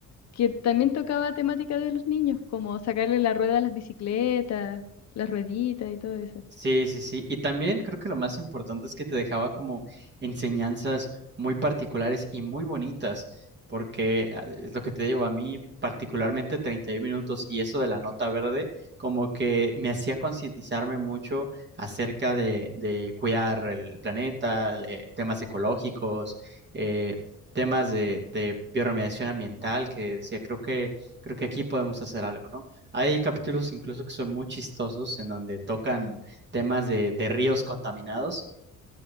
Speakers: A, on the left (about 55°); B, on the right (about 35°).
A: que también tocaba temática de los niños, como sacarle la rueda a las bicicletas, las rueditas y todo eso.
B: Sí, sí, sí. Y también creo que lo más importante es que te dejaba como enseñanzas muy particulares y muy bonitas, porque ah, es lo que te digo, a mí particularmente 31 minutos y eso de la nota verde, como que me hacía concientizarme mucho acerca de, de cuidar el planeta, eh, temas ecológicos, eh, temas de, de bioremediación ambiental, que decía, creo que, creo que aquí podemos hacer algo, ¿no? Hay capítulos incluso que son muy chistosos en donde tocan temas de, de ríos contaminados.